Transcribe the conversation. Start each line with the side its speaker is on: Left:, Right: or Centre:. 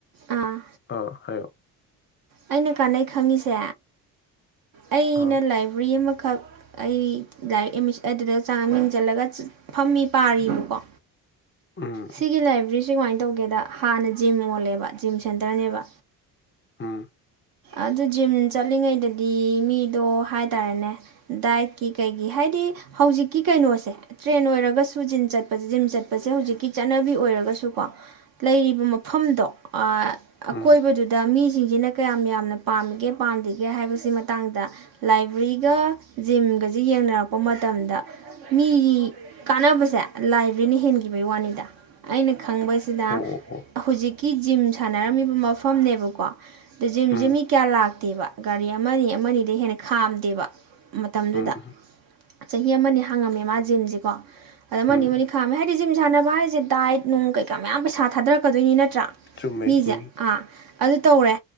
Right: ꯑꯥ
Left: ꯑꯥ ꯍꯥꯏꯌꯣ
Right: ꯑꯩꯅ ꯀꯥꯟꯅꯩ ꯈꯪꯉꯤꯁꯦ ꯑꯩꯅ
Left: ꯑꯥ
Right: ꯂꯥꯏꯕ꯭ꯔꯦꯔꯤ ꯑꯃ ꯈꯛ ꯑꯩ ꯗꯥꯏꯔꯦꯛꯃꯤ ꯑꯗꯨꯗ ꯆꯪꯉ ꯃꯤꯡꯁꯤꯜꯂꯒ ꯐꯝꯃꯤ ꯄꯥꯔꯤꯕꯔꯤꯕꯀꯣ
Left: ꯎꯝ
Right: ꯁꯤꯒꯤ ꯂꯥꯏꯕ꯭ꯔꯦꯔꯤ ꯁꯤ ꯀꯃꯥꯏꯅ ꯇꯧꯒꯦꯗ ꯍꯥꯟꯅ ꯖꯤꯝ ꯑꯣꯜꯂꯦꯕ ꯖꯤꯝ ꯁꯦꯟꯇꯔꯅꯦꯕ
Left: ꯎꯝ
Right: ꯑꯗꯨ ꯖꯤꯝ ꯆꯠꯂꯤꯉꯩꯗꯗꯤ ꯃꯤꯗꯣ ꯍꯥꯏ ꯇꯥꯔꯦꯅꯦ ꯗꯥꯏꯠꯀꯤ ꯀꯩꯒꯤ ꯍꯥꯏꯗꯤ ꯍꯧꯖꯤꯛꯀꯤ ꯀꯩꯅꯣꯁꯦ ꯇ꯭ꯔꯦꯟ ꯑꯣꯏꯔꯒꯁꯨ ꯖꯤꯝ ꯆꯠꯄꯁꯦ ꯖꯤꯝ ꯆꯠꯄꯁꯦ ꯍꯧꯖꯤꯛꯀꯤ ꯆꯠꯅꯕꯤ ꯑꯣꯏꯔꯒꯁꯨꯀꯣ ꯂꯩꯔꯤꯕ ꯃꯐꯝꯗꯣ ꯑ ꯑꯀꯣꯏꯕꯗꯨꯗ
Left: ꯎꯝ
Right: ꯃꯤ ꯁꯤꯡꯁꯤꯅ ꯀꯌꯥꯝ ꯌꯥꯝ ꯌꯥꯝꯅ ꯄꯥꯝꯒꯦ ꯄꯥꯝꯗꯒꯦ ꯍꯥꯏꯕꯁꯤ ꯃꯇꯥꯡꯗ ꯂꯥꯏꯕ꯭ꯔꯦꯔꯤꯒ ꯖꯤꯝꯒꯁꯤ ꯌꯦꯡꯅꯔꯛꯄ ꯃꯇꯝꯗ ꯃꯤꯒꯤ ꯀꯥꯟꯅꯕꯁꯦ ꯂꯥꯏꯕꯔꯦꯔꯤꯅ ꯍꯦꯟꯈꯤꯕꯒꯤ ꯋꯥꯅꯤꯗ ꯑꯩꯅ ꯈꯪꯕꯁꯤꯅ
Left: ꯑꯣ ꯑꯣ ꯑꯣ
Right: ꯍꯧꯖꯤꯛꯀꯤ ꯖꯤꯝ ꯁꯥꯟꯅꯔꯝꯃꯤꯕ ꯃꯐꯝꯅꯦꯕꯀꯣ ꯖꯤꯝꯖꯤ
Left: ꯎꯝ
Right: ꯃꯤ ꯂꯥꯛꯇꯦꯕ ꯒꯥꯔꯤ ꯑꯃꯅꯤ ꯑꯃꯅꯤꯗꯩ ꯍꯦꯟꯅ ꯈꯥꯝꯗꯦꯕ ꯃꯇꯝꯗꯨꯗ
Left: ꯎꯝ ꯎꯝ
Right: ꯆꯍꯤ ꯑꯃꯅꯤ ꯍꯥꯡꯉꯝꯃꯦ ꯃꯥ ꯖꯤꯝꯁꯤꯀꯣ ꯑꯗ ꯑꯃꯅꯤ
Left: ꯎꯝ
Right: ꯑꯃꯅꯤ ꯈꯥꯝꯃꯦ ꯍꯥꯏꯗꯤ ꯖꯤꯝ ꯁꯥꯟꯅꯕ ꯍꯥꯏꯔꯤꯁꯦ ꯗꯥꯏꯠ ꯅꯨꯡ ꯀꯩꯀꯥ ꯃꯌꯥꯝ ꯄꯩꯁꯥ ꯊꯥꯗꯔꯛꯀꯗꯣꯏꯅꯤ ꯅꯠꯇ꯭ꯔꯥ
Left: ꯆꯨꯝꯃꯦ
Right: ꯃꯤꯁꯦ
Left: ꯎꯝ
Right: ꯑꯥ ꯑꯗꯨ ꯇꯧꯔꯦ